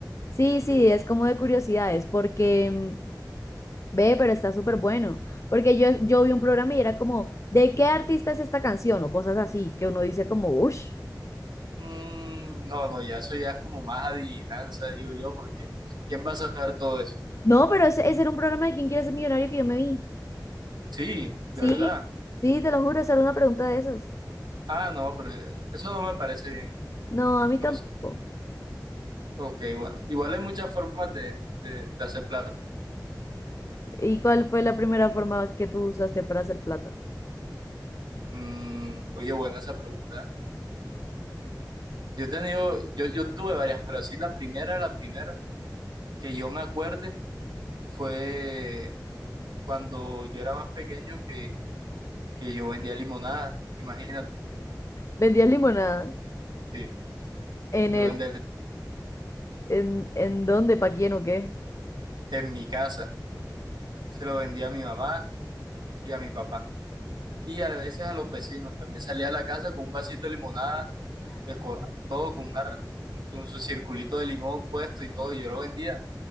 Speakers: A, on the left; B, on the right.
A: Sí, sí, es como de curiosidades, porque mm, ve, pero está súper bueno. Porque yo, yo vi un programa y era como, ¿de qué artista es esta canción? O cosas así, que uno dice como, uff.
B: Mm, no, no, ya eso ya es como más adivinanza, digo yo, porque ¿quién va a saber todo eso?
A: No, pero ese, ese era un programa de ¿Quién quiere ser millonario que yo me vi.
B: Sí, de
A: Sí,
B: verdad.
A: sí, te lo juro, esa era una pregunta de esas.
B: Ah, no, pero eso no me parece bien.
A: No, a mí
B: No
A: tampoco.
B: sé. Ok, bueno. Igual hay muchas formas de, de- de hacer plata.
A: ¿Y cuál fue la primera forma que tú usaste para hacer plata?
B: Mm, oye, buena esa pregunta. ¿eh? Yo he tenido, yo, yo tuve varias, pero así la primera, la primera que yo me acuerde fue cuando yo era más pequeño que, que yo vendía limonada, imagínate.
A: ¿Vendías limonada?
B: Sí.
A: ¿En
B: yo
A: el,
B: vender
A: en, en dónde, para quién o qué?
B: en mi casa. Se lo vendía a mi mamá y a mi papá. Y a veces a los vecinos. También salía a la casa con un vasito de limonada, decorado todo, con, una, r- con su circulito de limón puesto y todo. Y yo lo vendía.